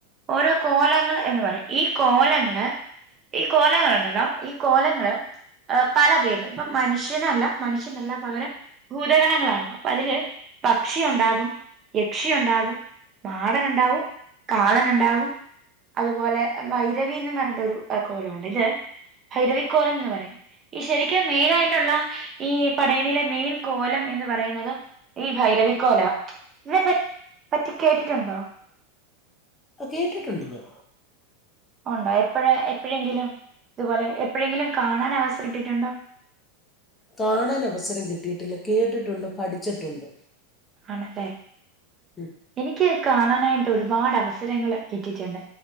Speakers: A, on the right; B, on the left.
A: ഓരോ കോലങ്ങൾ എന്ന് പറയും ഈ കോലങ്ങള് ഈ കോലങ്ങുണ്ടല്ലോ ഈ കോലങ്ങള് പല പേ പ്പ മനുഷ്യനല്ല മനുഷ്യനല്ല പകരം ഭൂതഗണങ്ങളാണോ അപ്പൊ അതില് പക്ഷി ഉണ്ടാകും യക്ഷി ഉണ്ടാകും മാടനുണ്ടാവും കാളശുണ്ടാകും അതുപോലെ ഭൈരവി എന്ന് പറഞ്ഞിട്ട് ഒരു കോലമുണ്ട് ഇത് ഭൈരവിക്കോലം എന്ന് പറയും ഈ ശരി മെയിനായിട്ടുള്ള ഈ പടയണിയിലെ മെയിൻ കോലം എന്ന് പറയുന്നത് ഈ ഭൈരവിക്കോല ഇതിനെ പ പറ്റി കേട്ടിട്ടുണ്ടോ
B: ആ കേട്ടിട്ടുണ്ട് ഞ
A: ഉണ്ടോ എപ്പഴ എപ്പോഴെങ്കിലും ഇതുപോലെ എപ്പോഴെങ്കിലും കാണാൻ അവസം ഇട്ടിട്ടുണ്ടോ
B: കാണാന് അവസരം കിട്ടിയിട്ടില്ല കേട്ടിട്ടുണ്ട് പഠിച്ചിട്ടുണ്ട്
A: അല്ലേ
B: ഉം.
A: എനിക്ക് കാണാനായി ഒരുപാട് അവസരങ്ങള് കിട്ടീട്ടിണ്ട്